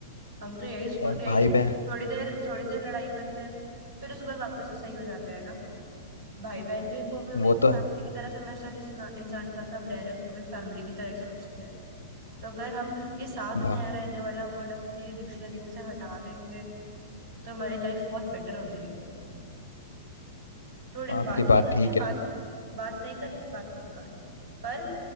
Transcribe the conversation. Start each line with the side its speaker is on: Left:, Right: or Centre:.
Right: हम तो यही इसको
Left: अब
Right: यही
Left: भाई बहन
Right: थोड़ी देर थोड़ी देर लड़ाई करते हैं फिर उसके बाद वापस से सही हो जाते हैं ना भाई बहन भी को भी हम
Left: वो
Right: एक
Left: तो
Right: फैमिली
Left: है
Right: की तरह समझते हैं जिस इंसान के साथ हम रह रहे हैं उसको भी एक फैमिली की तरह ही समझते हैं तो अगर हम ये साथ
Left: भा,
Right: नया रहने वाला वर्ड अपने डिक्शनरी में से हटा देंगे तो हमारी लाइफ बहुत बेटर हो जाएगी थोड़ी देर
Left: आपकी
Right: बात नहीं
Left: बात
Right: करनी
Left: ठीक है
Right: बात बात नहीं करनी बात मत करो पर